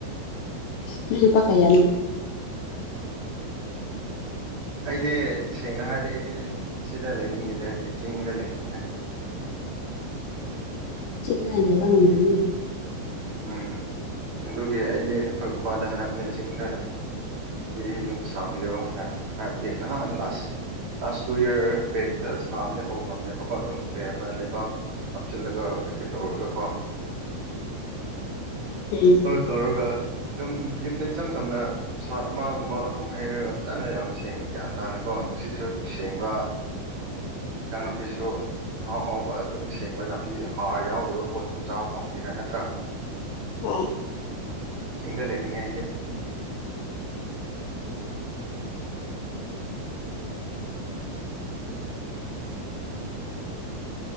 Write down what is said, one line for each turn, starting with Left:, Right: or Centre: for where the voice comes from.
Left: ꯅꯣꯏ ꯅꯨꯄꯥ ꯀꯩꯌꯥꯅꯣ
Right: ꯑꯩꯗꯤ ꯁꯦꯡꯅ ꯍꯥꯏꯔꯗꯤ ꯑꯩꯗꯤ ꯁꯤꯗ ꯂꯩꯅꯤꯡꯗꯦꯗ ꯑꯩꯗꯤ ꯆꯤꯡꯗ ꯂꯩꯅꯤꯡꯉꯤꯗ
Left: ꯆꯤꯡꯅ ꯂꯩꯕ ꯉꯝꯂꯅꯤ
Right: ꯎꯝ ꯑꯗꯨꯒꯤ ꯑꯩꯗꯤ ꯑꯩꯈꯣꯏ ꯕꯕꯥꯗ ꯍꯥꯏꯕꯅꯦ ꯆꯤꯡꯗ ꯑꯩꯗꯤ ꯌꯨꯝ ꯁꯥꯕꯤꯔꯣ ꯍꯥꯏꯅ ꯍꯥꯏꯕꯒꯤꯦ ꯅꯍꯥꯟ ꯂꯥꯁ ꯂꯥꯁ ꯇꯨ ꯌꯔ ꯕꯦꯛꯇ ꯁꯥꯕꯗꯤ ꯍꯧꯈ꯭ꯔꯕꯅꯦꯕꯀꯣ ꯑꯗꯨꯝ ꯦꯕꯔ ꯂꯩꯕꯥꯛ ꯍꯥꯞꯆꯤꯜꯂꯒ ꯀꯩꯀꯩ ꯇꯧꯔꯒꯀꯣ
Left: ꯎꯝ
Right: <unintelligible> ꯇꯧꯔꯒ ꯗꯨꯝ ꯌꯨꯝꯗ ꯏꯆꯝ ꯆꯝꯅ ꯁꯥꯠ ꯑꯃꯒꯨꯝꯕ ꯑꯗꯨꯝ ꯍꯩꯔꯒ ꯐꯖꯅ ꯌꯥꯝ ꯁꯦꯡꯅ ꯒ꯭ꯌꯥꯟ ꯇꯥꯅꯀꯣ ꯅꯨꯡꯁꯤꯠꯁꯨ ꯁꯦꯡꯕ ꯏꯟꯖꯥꯡ ꯅꯥꯄꯤꯁꯨ ꯑꯍꯥꯎ ꯍꯥꯎꯕ ꯑꯗꯨꯝ ꯁꯦꯡꯕ ꯅꯥꯄꯤ ꯍꯥꯔ ꯌꯥꯎꯗꯕ ꯄꯣꯠ ꯑꯗꯨꯝ ꯆꯥꯕ ꯐꯪꯕꯅꯤꯅ ꯅꯠꯇ꯭ꯔꯥ
Left: ꯍꯣꯏ
Right: ꯆꯤꯡꯗ ꯂꯩꯅꯤꯡꯉꯩꯗꯤ